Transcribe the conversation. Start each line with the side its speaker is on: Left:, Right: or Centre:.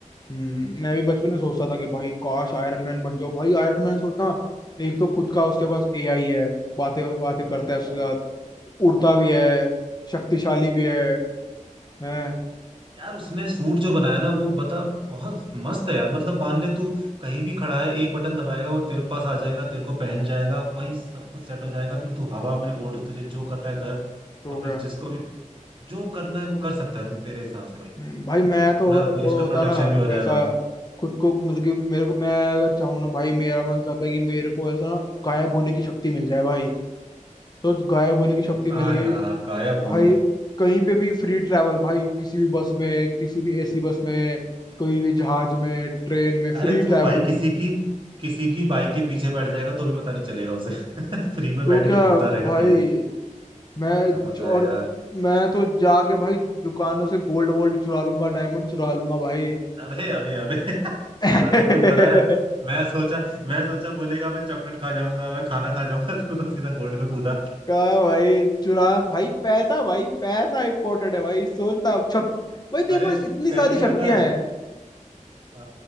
Left: हम्म मैं भी बचपन में सोचता था कि भाई काश आयरन मैन बन जाओ भाई आयरन मैन सोचना एक तो खुद का उसके पास एआई है बातें बातें करता
Right: तो
Left: है उसके साथ उड़ता भी है शक्तिशाली भी है हैं
Right: यार उसने सूट जो बनाया ना वो बता बहुत मस्त है यार मतलब मान ले तू कहीं भी खड़ा है एक बटन दबाएगा वो तेरे पास आ जाएगा तेरे को पहन जाएगा भाई सब कुछ सेट हो जाएगा फिर तू हवा में उड़ तुझे जो करना है कर
Left: तो
Right: और फिर
Left: क्या
Right: जिसको भी जो करना है वो कर सकता है तू तेरे हिसाब से भाई
Left: हम्म, भाई मैं तो
Right: अपना
Left: अगर
Right: देश
Left: वो
Right: का
Left: होता
Right: प्रोटेक्शन
Left: ना
Right: भी हो जाएगा
Left: ऐसा खुद को मतलब कि मेरे को मैं अगर चाहूँ ना भाई मेरा मन करता है कि मेरे को ऐसा ना गायब होने की शक्ति मिल जाए भाई तो गायब होने की शक्ति
Right: अरे हाँ
Left: मिल गई
Right: यार गायब
Left: भाई
Right: होने वाला
Left: कहीं पे भी फ्री ट्रैवल भाई किसी भी बस में किसी भी एसी बस में कोई भी जहाज में ट्रेन में फ्री
Right: अरे
Left: ट्रैवल
Right: तू भाई किसी की किसी की बाइक के पीछे बैठ जाएगा तो भी पता नहीं चलेगा उसे <laughs> फ्री में
Left: तो
Right: बैठ के
Left: क्या
Right: घूमता रहेगा
Left: भाई
Right: कहीं भी
Left: मैं
Right: बढ़िया मजा
Left: च- और
Right: है यार
Left: मैं तो जाके भाई दुकानों से गोल्ड वोल्ड चुरा लूंगा डायमंड चुरा लूंगा भाई
Right: अबे अबे अबे <laughs>
Left: <laughs>
Right: चुराने पे उतर आया मैं सोचा मैं सोचा बोलेगा मैं चॉकलेट खा जाऊंगा मैं खाना खा जाऊंगा <laughs> तू तो सीधा गोल्ड पे कूदा
Left: कहा भाई चुरा भाई पैसा भाई पैसा इम्पोर्टेंट है भाई सोचना शक
Right: <laughs>
Left: भाई तेरे
Right: अरे
Left: पास इतनी
Right: पहले
Left: सारी शक्तियां
Right: पता है
Left: हैं
Right: अ,